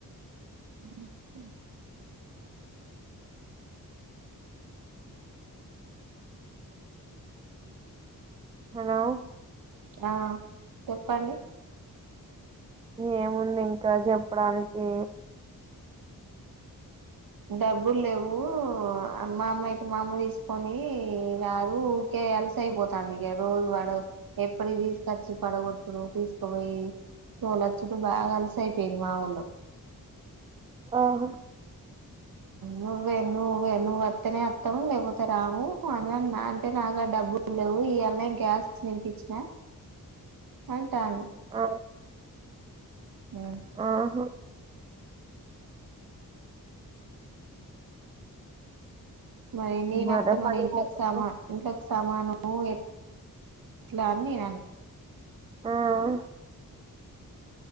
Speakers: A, on the right (about 75°); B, on the right (about 15°).
A: నువ్ కూచ్చో
B: హలో
A: ఆ చెప్పండి
B: ఏముంది ఇంకా జెప్పడానికి
A: డబ్బులు లేవు అన్ మా అమ్మ అయితే మా అమ్మ తీసుకొని రాదు ఊకే అలుసైపోతాంది. ఇక రోజు వాడు ఎప్పటికి తీసుకొచ్చి పడగొట్టుడు తీసుకుపోయి తోలొచ్చుడు బాగా అలుసు అయిపేయింది మాఊళ్ళో.
B: ఆహ
A: నువ్వే నువ్వే నువ్వు వత్తనే వత్తం లేకపోతే రాము అనెన్నా, అంటే నాకడ డబ్బులు లేవు ఇయాళనే గ్యాస్ నింపించినా అంటాంది
B: ఆ,
A: మా
B: ఆహా
A: మరి నేను
B: మరే
A: వత్తే మరి
B: పని
A: ఇంట్లోకి
B: మొత్తం.
A: సామా ఇంట్లో క్ సామాను యెట్లా అని నేను అన్
B: ఆహ